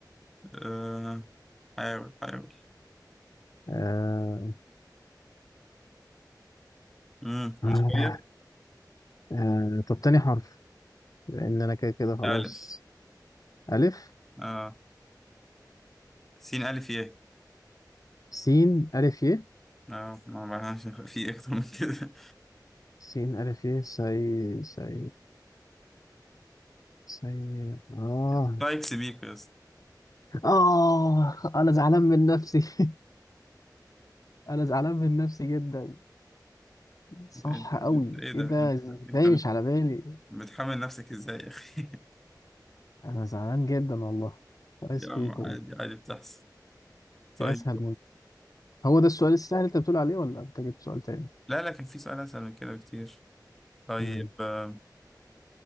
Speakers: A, in the centre; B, on the left.
A: آه. حاول حاول
B: آه
A: امم مش
B: آه
A: غير
B: آه طب تاني حرف لان انا كده كده خلاص
A: الف
B: الف
A: اه سين الف يه
B: سين الف ي
A: اه ما معناش <laughs> في اكتر من كده
B: سين الف ي سي سي سي اه
A: <laughs> رايكس بيك يا اسطى
B: اه انا زعلان من نفسي <laughs> انا زعلان من نفسي جدا صح
A: انت انت
B: قوي
A: ايه ده
B: ايه ده
A: انت
B: ازاي
A: انت مت-
B: مش على بالي
A: بتحمل نفسك ازاي يا اخي
B: انا زعلان جدا والله
A: <laughs>
B: كويس
A: يا
B: بيكو
A: عم عادي عادي بتحصل
B: في
A: طيب
B: اسهل من هو ده السؤال السهل اللي انت بتقول عليه ولا انت جبت سؤال تاني
A: لا لكن في سؤال اسهل من كده بكتير طيب
B: امم
A: آه،